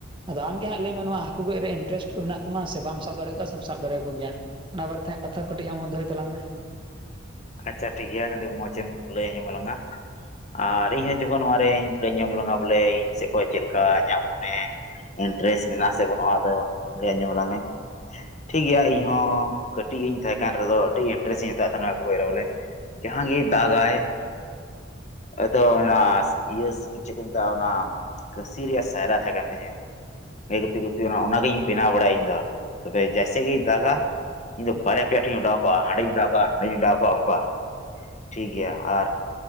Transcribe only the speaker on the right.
ᱟᱫᱚ ᱟᱢ ᱜᱮ ᱦᱟᱸᱜ ᱞᱟᱹᱭ ᱢᱮ ᱦᱟᱹᱠᱩ ᱜᱚᱡ ᱨᱮ ᱤᱱᱴᱟᱨᱮᱥᱴ ᱠᱚ ᱢᱮᱱᱟᱜ ᱛᱟᱢᱟ ᱥᱮ ᱵᱟᱢ ᱥᱟᱵ ᱫᱟᱲᱮᱭᱟ ᱠᱚᱣᱟ ᱥᱮᱢ ᱥᱟᱵ ᱫᱟᱲᱮᱭᱟ ᱠᱚ ᱜᱮᱭᱟ? ᱚᱱᱟ ᱵᱟᱨᱮ ᱛᱮ ᱦᱟᱸᱜ ᱠᱟᱛᱷᱟ ᱠᱚ ᱠᱟᱹᱴᱤᱡ ᱟᱢᱦᱚᱸ ᱫᱚᱦᱚᱭ ᱛᱟᱞᱟᱝ ᱢᱮ ᱾